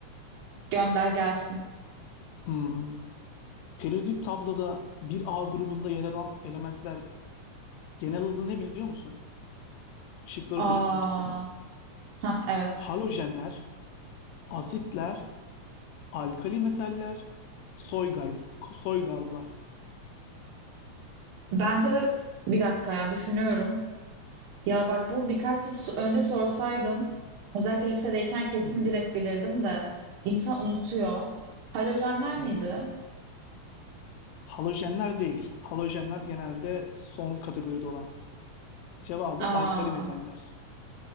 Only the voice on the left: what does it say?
Hmm. Periyodik tabloda bir A grubunda yer alan elementler genel adı ne biliyor musun? Şıkları
okuyacağım sana. sana.
Halojenler, asitler, alkali metaller, soy gaz, soy gazlar.
Hı hı.
Evet. Halojenler değil. Halojenler genelde son kategoride olan. Cevabı
alkali metaller.